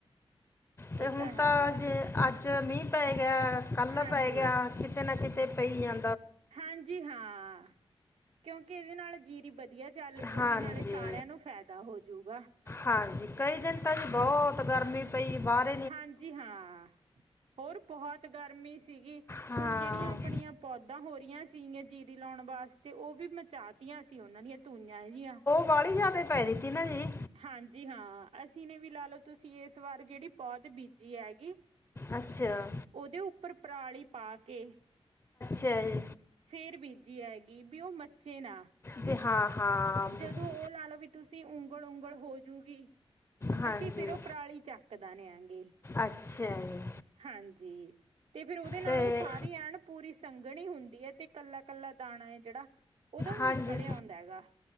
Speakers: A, on the right; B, on the left.
A: ਇਹ
B: ਤੇ ਹੁਣ
A: ਹੈਗਾ
B: ਤਾਂ ਜੇ ਅੱਜ ਮੀਂਹ ਪੈ ਗਿਆ ਕੱਲ
A: ਹਾਂਜੀ
B: ਪੈ ਗਿਆ, ਕਿਤੇ ਨਾ ਕਿਤੇ ਪਈ ਜਾਂ
A: ਹਾਂਜੀ ਹਾਂ। ਕਿਉਂਕਿ ਇਹਦੇ ਨਾਲ ਜੀਰੀ ਵਧੀਆ ਚੱਲ ਪਊਗੀ
B: ਹਾਂਜੀ
A: ਨਾਲੇ ਸਾਰਿਆਂ ਨੂੰ ਫਾਇਦਾ ਹੋਜੂਗਾ।
B: ਹਾਂਜੀ ਕਈ ਦਿਨ ਤਾਂ ਜੀ ਬਹੁਤ ਗਰਮੀ। ਪਈ ਬਾਰ
A: ਹਾਂਜੀ ਹਾਂ ਹੋਰ ਬਹੁਤ ਗਰਮੀ ਸੀਗੀ।
B: ਹਾਂ
A: ਹੁਣ ਜਿਹੜੀਆਂ ਆਪਣੀਆਂ ਪੌਦਾ ਹੋ ਰਹੀਆਂ ਸੀਗੀਆਂ ਜੀਰੀ ਲਾਉਣ ਵਾਸਤੇ ਉਹ ਵੀ ਮਚਾ। ਤੀਆਂ ਸੀ ਉਹਨਾਂ ਦੀਆਂ ਧੂਈਆਂ ਇਹ ਜਿਹੀਆਂ <inaudible>
B: ਬਾਹਲੀ ਜ਼ਿਆਦਾ ਪੈ ਰਹੀ ਤੀ ਨਾ ਜੀ।
A: ਹਾਂਜੀ ਹਾਂ ਅਸੀਂ ਨੇ ਵੀ ਲਾ ਲਓ ਤੁਸੀਂ ਇਸ ਵਾਰ ਜਿਹੜੀ ਪੌਤ ਬੀਜੀ ਹੈਗੀ।
B: ਅੱਛਾ
A: ਉਹਦੇ ਉੱਪਰ ਪਰਾਲੀ ਪਾ ਕੇ।
B: ਚਾਰ <inaudible>
A: ਫੇਰ ਬੀਜੀ ਹੈਗੀ ਵੀ ਉਹ ਮੱਚੇ ਨਾ।
B: ਜੀ ਹਾਂ। ਹਾਂ ਵੀ-
A: ਜਦੋਂ ਉਹ ਲਾ ਲਓ ਵੀ ਤੁਸੀਂ ਉਂਗਲ ਉਂਗਲ ਹੋਜੂਗੀ।
B: ਹਾਂਜੀ
A: ਅਸੀਂ ਫਿਰ ਉਹ ਪਰਾਲੀ ਚੱਕਦਾ ਨਿਆਂਗੇ
B: ਅੱਛਾ ਜੀ
A: ਹਾਂਜੀ। ਤੇ ਫੇਰ ਉਹਦੇ ਨਾਲ
B: ਤੇ
A: ਉਹ ਸਾਰੀ ਐਨ ਪੂਰੀ ਸੰਘਣੀ ਹੁੰਦੀ ਐ ਤੇ ਕੱਲਾ ਕੱਲਾ ਦਾਣਾ ਏ ਜਿਹੜਾ। ਉਹਦਾ ਉਹ
B: ਹਾਂਜੀ
A: ਨਿਕਲਿਆ ਆਉਂਦਾ ਹੈਗਾ।